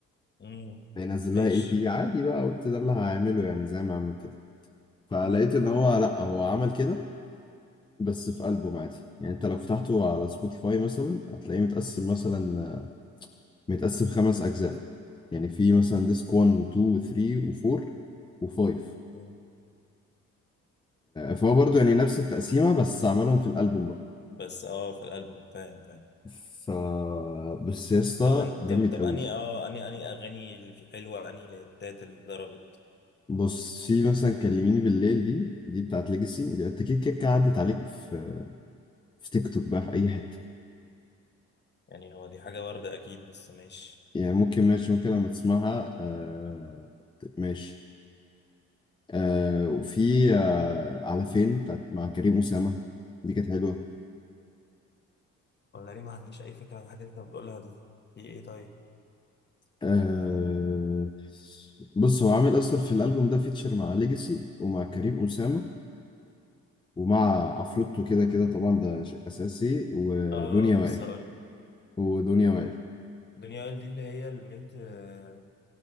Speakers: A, on the left (about 35°); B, on the left (about 15°).
A: مم.
B: هينزل
A: ماشي
B: لها اي بي عادي بقى قلت ده اللي هعمله يعني زي ما عمل كده فلقيت
A: مم.
B: ان هو لا هو عمل كده بس في ألبوم عادي يعني انت لو فتحته على سبوتيفاي مثلا هتلاقيه متقسم مثلا متقسم خمس اجزاء يعني في مثلا ديسك 1 و2 و3 و4 و5
A: مم.
B: فهو برضه يعني نفس التقسيمة بس عملهم في الألبوم بقى
A: بس اه في الألبوم فاهم فاهم
B: ف بس يا اسطى
A: طب أن-
B: جامد
A: طب طب
B: قوي
A: اني اه اني اني اغاني اللي في حلوه اني الهتات اللي ضربت
B: بص في مثلا كلميني بالليل دي دي بتاعت ليجاسي دي انت كده كده عدت عليك في في تيك توك بقى في اي حتة
A: يعني هو دي حاجه وارده اكيد بس ماشي
B: يعني ممكن ماشي ممكن لما تسمعها آه ماشي آه وفي آه على فين بتاعت مع كريم أسامة دي كانت حلوة
A: ولا ليه ما عنديش اي فكره عن الحاجات اللي انت بتقولها دي دي ايه طيب
B: آه بص هو عامل أصلا في الألبوم ده فيتشر مع ليجاسي ومع كريم أسامة ومع عفروتو كده كده طبعا ده شيء أساسي ودنيا
A: اه
B: وائل
A: بس هقول
B: ودنيا وائل
A: دنيا وائل دي اللي هي البنت اه